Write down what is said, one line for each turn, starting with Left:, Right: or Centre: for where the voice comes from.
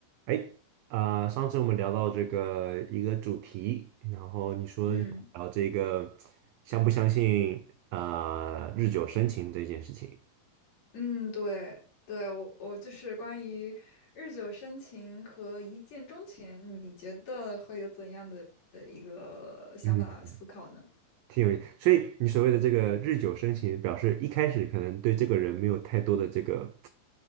Right: 哎，啊、上次我们聊到这个一个主题，然后你说嗯聊这个相不相信啊、
Left: 嗯
Right: 日久生情这件事情，
Left: 嗯，对对，我我就是关于日久生情和一见钟情，你觉得会有怎样的呃一个想法思考呢？
Right: 嗯，挺有，所以你所谓的这个日久生情，表示一开始可能对这个人没有太多的这个